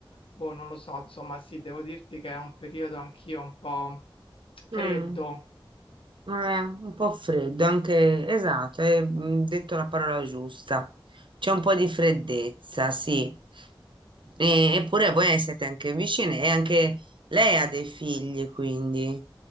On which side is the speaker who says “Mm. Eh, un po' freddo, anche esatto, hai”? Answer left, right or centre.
Right